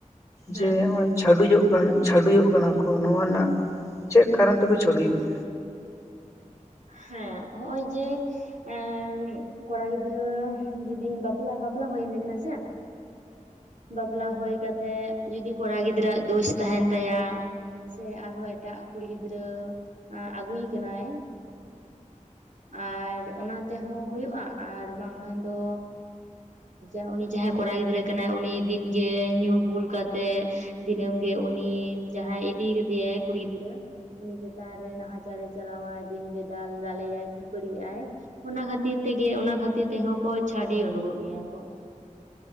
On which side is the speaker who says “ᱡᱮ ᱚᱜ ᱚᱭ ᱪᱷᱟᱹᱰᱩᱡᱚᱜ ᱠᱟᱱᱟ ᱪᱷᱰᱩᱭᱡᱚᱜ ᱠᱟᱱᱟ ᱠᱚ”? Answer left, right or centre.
Left